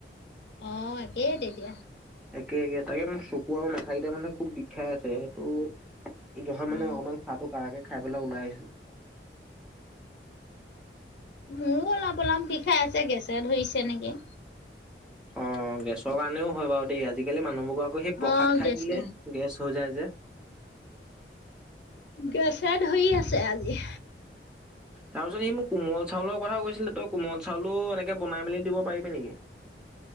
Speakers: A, on the left (about 80°); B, in the centre.
A: অঁ একেই তেতিয়া।
B: একে একে তাকে মোৰ চকু আৰু মাথা কেইটা মানে খুব বিষাই আছে, সেইটো সেইটো কাৰণে মানে
A: অ
B: অকমান চাহ তো কাৰাকে খাই পেলাই ওলাই আহিছোঁ।
A: মোৰো অলপ- অলপ বিষাই আছে, গেছে ধৰিছে নেকি।
B: অ' গেছৰ কাৰণেও হয় বাৰু দেই আজিকালি মানুহবোৰ বুলি প্ৰসাদ
A: অ
B: খাই
A: গেছে
B: দিলে গেছ হৈ যায় যে।
A: গেছে ধৰি আছে আজি।
B: তাৰ পিছত সি মোক কোমল চাউলৰ কথা কৈছিলে, তই কোমল চাউলো এনেকে বনাই মেলি দিব পাৰিবি নেকি।